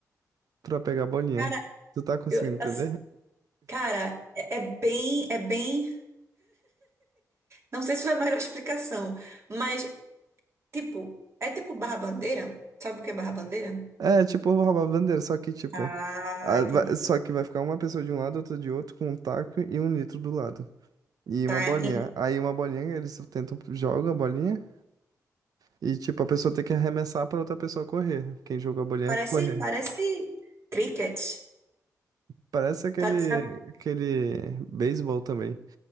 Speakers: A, on the right; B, on the right.
A: pra pegar a bolinha.
B: Cara,
A: Tu tá conseguindo
B: eu,
A: entender?
B: assim, cara, é, é bem, é bem. Não sei se é a melhor <laughs> explicação, mas, tipo, é tipo barra-bandeira? Sabe o que é barra-bandeira?
A: É, tipo, eu vou roubar a bandeira, só que, tipo,
B: Ah,
A: a-
B: entendi.
A: vai- só que vai ficar uma pessoa de um lado, outra de outro, com um taco e um litro do lado. E
B: Tá,
A: uma bolinha.
B: en-
A: Aí uma bolinha, eles tentam, jogam a bolinha. E, tipo, a pessoa tem que arremessar pra outra pessoa correr. Quem jogou a bolinha
B: parece,
A: correr.
B: parece cricket.
A: Parece aquele,
B: Tá, sabe?
A: aquele beisebol também.